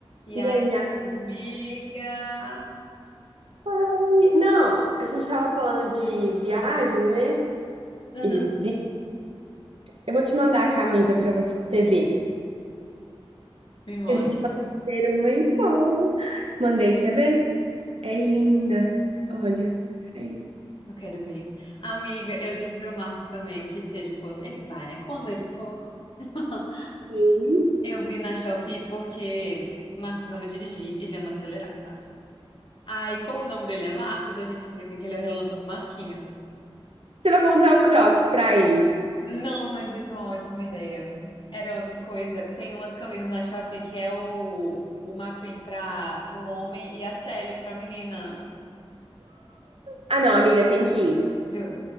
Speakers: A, on the left (about 55°); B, on the right (about 70°).
A: E
B: E
A: aí,
B: aí, a-
A: amiga?
B: Ai, Não, a gente tava falando de viagem, né?
A: Uhum.
B: E de... Eu vou te mandar a camisa pra você ver.
A: Me mostra,
B: A gente pode ter uma igual. Mandei, quer ver? É linda. Olha, peraí.
A: eu quero ver. Amiga, eu disse pro Marcos também que se ele fosse. Ele vai, né? Quando ele for. <laughs>
B: Sim.
A: Eu vi na Shopee porque Marcos ama dirigir, ele ama acelerar, sabe? Aí, como o nome dele é Marcos, a gente brinca que ele é o Relâmpago Marquinhos.
B: Você vai comprar o Crocs pra ele.
A: Não, mas isso é uma ótima ideia. Era outra coisa. Tem umas camisas na Shopee que é o, o McQueen pra o homem e a Sally pra menina.
B: Ah, não, amiga, tem que ir.
A: Juro.